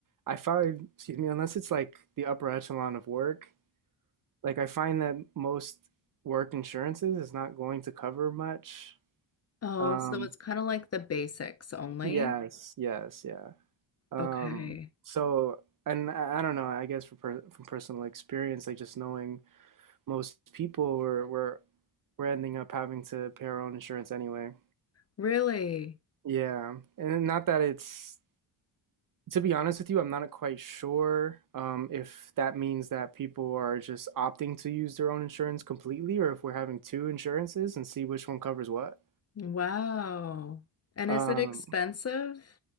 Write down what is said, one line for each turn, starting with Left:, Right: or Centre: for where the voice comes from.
Right: I find, excuse me, unless it's like the upper echelon of work, like I find that most work insurances is not going to cover much.
Left: Oh,
Right: Um,
Left: so it's kind of like the basics only.
Right: yes, yes, yeah. Um,
Left: Okay.
Right: so, and I, I don't know, I guess for per, from personal experience, like just knowing. most people were were were ending up having to pay our own insurance anyway.
Left: Really?
Right: Yeah. And not that it's, to be honest with you, I'm not quite sure um, if that means that people are just opting to use their own insurance completely or if we're having two insurances and see which one covers what.
Left: Wow. And
Right: Um,
Left: is it expensive?